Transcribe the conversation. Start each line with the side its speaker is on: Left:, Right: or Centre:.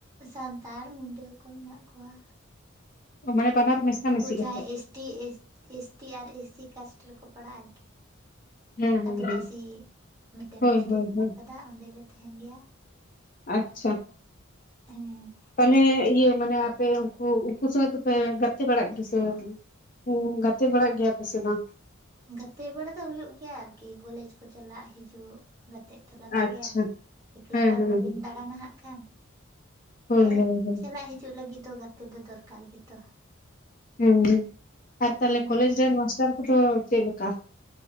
Right: ᱥᱟᱱᱛᱟᱲ ᱢᱩᱰᱟᱹ ᱠᱚ ᱢᱮᱱᱟᱜ ᱠᱚᱣᱟ᱾
Left: ᱢᱟᱱᱮ ᱵᱟᱱᱟᱨ ᱢᱮᱥᱟ᱾
Right: ᱩᱱᱠᱩ
Left: ᱢᱤᱥᱤ
Right: ᱡᱟᱦᱟᱸᱭ
Left: ᱠᱟᱛᱮᱜ
Right: ᱮᱥᱴᱤ ᱮᱥᱴᱤ ᱟᱨ ᱮᱥ ᱥᱤ ᱠᱟᱥᱴ ᱨᱮᱠᱚ ᱯᱟᱲᱟᱜᱼᱟ ᱟᱨᱠᱤ᱾
Left: ᱦᱮᱸ ᱦᱮᱸ
Right: ᱟᱹᱫᱤᱵᱟᱹᱥᱤ
Left: ᱦᱮᱸ
Right: ᱢᱤᱫᱴᱮᱱ
Left: ᱦᱳᱭ
Right: ᱦᱳᱥᱴᱮᱞ
Left: ᱦᱳᱭ
Right: ᱢᱮᱱᱟᱜ
Left: ᱦᱳᱭ
Right: ᱟᱠᱟᱫᱟ ᱚᱸᱰᱮᱞᱮ ᱛᱟᱦᱮᱱ ᱜᱮᱭᱟ᱾
Left: ᱟᱪᱪᱷᱟ᱾
Right: ᱦᱮᱸ᱾
Left: ᱛᱟᱦᱚᱞᱮ ᱤᱭᱟᱹ ᱢᱟᱱᱮ ᱟᱯᱮ ᱩᱱᱠᱩ ᱩᱱᱠᱩ ᱥᱚᱸᱜᱮ ᱫᱚᱯᱮ ᱜᱟᱛᱮ ᱵᱟᱲᱟᱜ ᱜᱮᱥᱮ ᱵᱟᱝ? ᱦᱚᱸ ᱜᱟᱛᱮ ᱵᱟᱲᱟᱜ ᱜᱮᱭᱟ ᱯᱮᱥᱮ ᱵᱟᱝ?
Right: ᱜᱟᱛᱮ ᱵᱟᱲᱟ ᱫᱚ ᱦᱩᱭᱩᱜ ᱜᱮᱭᱟ ᱟᱨᱠᱤ ᱠᱚᱞᱮᱡᱽ ᱠᱚ ᱪᱟᱞᱟᱜ ᱦᱤᱡᱩᱜ ᱜᱟᱛᱮᱜ ᱾ ᱜᱟᱛᱮ ᱞᱟᱜᱟᱜ
Left: ᱟᱪᱪᱷᱟ
Right: ᱜᱮᱭᱟ ᱮᱠᱞᱟ
Left: ᱦᱮᱸ
Right: ᱛᱚ ᱟᱨ
Left: ᱦᱮᱸ
Right: ᱵᱟᱟᱹᱵᱤᱱ
Left: ᱦᱮᱸ
Right: ᱫᱟᱬᱟᱱᱟ ᱦᱟᱜ ᱠᱷᱟᱱ᱾
Left: ᱦᱳᱭ
Right: ᱟᱫᱚ
Left: ᱦᱳᱭ ᱦᱳᱭ
Right: ᱪᱟᱞᱟᱜ ᱦᱤᱡᱩᱜ ᱞᱟᱹᱜᱤᱫ ᱫᱚ ᱜᱟᱛᱮ ᱫᱚ ᱫᱚᱨᱠᱟᱨ ᱜᱮᱛᱚ᱾
Left: ᱦᱩᱸ ᱟᱨ ᱛᱟᱞᱮ
Right: ᱦᱩᱸ
Left: ᱠᱚᱞᱮᱡᱽ ᱨᱮ ᱢᱟᱥᱴᱟᱨ ᱠᱚ ᱪᱮᱫ ᱞᱮᱠᱟ?